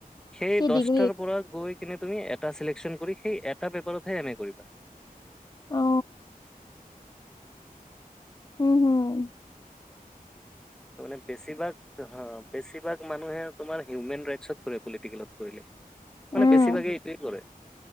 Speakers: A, in the centre; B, on the left.
A: সেই
B: কি
A: দছটাৰ
B: ডিগ্ৰীত
A: পৰা গৈ কিনে তুমি এটা চিলেকচন কৰি সেই এটা পেপাৰতহে এম এ কৰিবা।
B: অ উম, উম।
A: তাৰমানে বেছিভাগ হা বেছিভাগ মানুহে তোমাৰ হিউমেন ৰাইটচত কৰে পলিটিকেলত কৰিলে।
B: উম
A: মানে বেছিভাগেই এইটোৱেই কৰে,